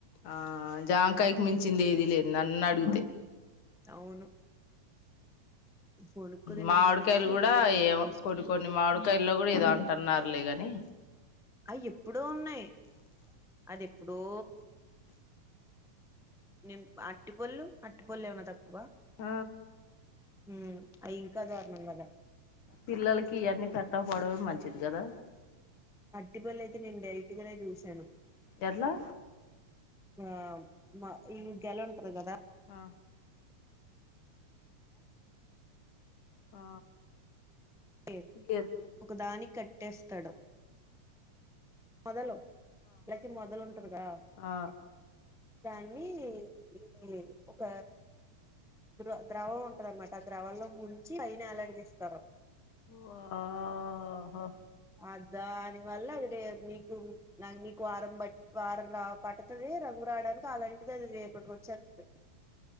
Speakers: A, on the left; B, in the centre.
A: ఆ జాంకాయ్ కి మించింది ఏది లేదు నన్ను అడుగుతే
B: అవును కొనుక్కు తినడం
A: మామిడికాయలు
B: మానేసి
A: కూడా
B: ఇంట్లో తినడం
A: ఏమో
B: బెస్ట్
A: కొన్ని కొన్ని మామిడికాయల్లో కూడా ఏదో అంటఅన్నారు లే గని
B: అయ్యేప్పుడో ఉన్నాయి అది ఎప్పుడో నిమ్ అరటిపళ్ళు ఆర్టిపల్లు ఏవన్నా తక్కువ
A: ఆ
B: హ్మ్ అయ్యింక దారుణం కదా
A: పిల్లలకి ఇయన్నీ పెట్టకపోవడమే మంచిది కదా
B: అరటిపళ్ళు అయితే నేన్ డైరెక్ట్ గానే చూసాను
A: ఎట్లా
B: ఆ మా ఈ గెలుంటదీగదా
A: ఆ ఆ
B: టీ
A: గేర్
B: ఒక దానికి కట్టేస్తాడు మొదలు లకి మొదలు ఉంటదిగా
A: ఆ
B: దాన్ని ఇది ఒక ద్రో ద్రవం ఉంటంది అన్నమాట ఆ ద్రవంలో ముంచి పైన యెల్లాడా తీస్తారు
A: వా ఆహా
B: ఆ దాని వల్ల ఇది మీకు <unintelligible> వారం వారంగా పట్టతది రంగురా రాడానికి అలాంటిది అది రేపటికోచ్చేతది